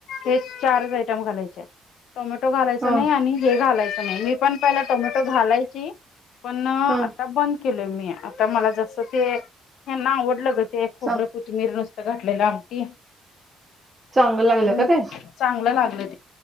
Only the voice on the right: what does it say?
हा
हा
चां
चांगलं लागलं
का ते